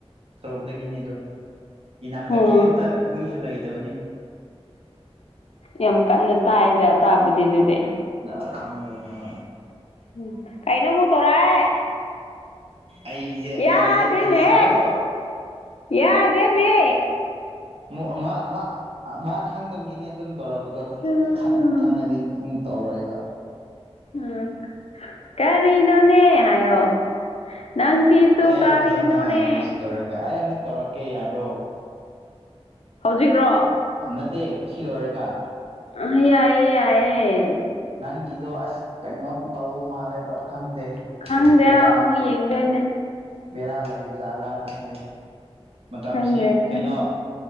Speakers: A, on the right; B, on the left.
A: ꯁꯣꯔꯣꯛꯇꯒꯤꯅꯦ ꯑꯗꯣ ꯏꯅꯥꯛꯇ
B: ꯎꯝ
A: ꯀꯩꯝꯇ ꯍꯨꯏꯁꯨ ꯂꯩ ꯇꯕꯅꯤ
B: ꯌꯥꯝ ꯀꯟꯅ ꯇꯥꯏꯗ ꯇꯥꯕꯗꯤ ꯑꯗꯨꯗꯤ꯫
A: ꯅ ꯈꯪꯗꯦ ꯍ
B: ꯎꯝ ꯀꯥꯏꯅ ꯃꯨ ꯇꯣꯔꯥꯏ꯫
A: ꯑꯩꯁꯦ ꯑꯩꯁꯦ
B: ꯌꯥꯗꯦꯝ
A: ꯑꯩꯁꯦꯀꯣ
B: ꯃꯦ ꯌꯥꯗꯦꯝ ꯃꯦ꯫
A: <unintelligible> ꯈꯪꯗꯕꯒꯤꯅꯦ ꯑꯗꯨꯝ ꯇꯧꯔꯛꯄꯗꯣ
B: ꯎꯝ
A: ꯈꯪ ꯈꯪꯔꯗꯤ ꯗꯨꯝ ꯇꯧꯔꯣꯏꯕ꯫
B: ꯎꯝ ꯀꯔꯤꯅꯣꯅꯦ ꯍꯥꯏꯌꯣ꯫ ꯅꯪ ꯆꯦꯁꯨ
A: ꯑꯩ
B: ꯀꯥꯔꯤꯅꯣꯅꯦ
A: ꯐꯖꯅ ꯍꯥꯏꯒꯦ ꯁꯤ ꯂꯣꯏꯔꯒ ꯑꯩ ꯑꯃꯨꯛ ꯇꯧꯔꯛꯀꯦ ꯌꯥꯕ꯭ꯔꯣ
B: ꯍꯧꯖꯤꯛꯔꯣ?
A: ꯅꯠꯇꯦ ꯁꯤ ꯂꯣꯏꯔꯦꯒ꯫
B: ꯑ ꯌꯥꯏꯌꯦ ꯌꯥꯏꯌꯦ꯫
A: ꯅꯪꯒꯤꯗꯣ ꯑꯁ ꯀꯩꯅꯣꯝ ꯇꯧ ꯃꯥꯜꯂꯦꯕ꯫ ꯈꯪꯗꯦ
B: ꯈꯪꯗꯦ
A: ꯕꯦꯔꯥ
B: ꯑꯃꯨꯛ ꯌꯦꯡꯗꯣꯏꯅꯦ
A: ꯕꯦꯔꯥ ꯂꯩꯥꯕꯖꯥꯂ꯫ ꯈꯪꯗꯦ ꯃꯇꯝꯁꯤ
B: ꯈꯪꯗꯦ ꯈꯪꯗꯦ
A: ꯀꯩꯅꯣ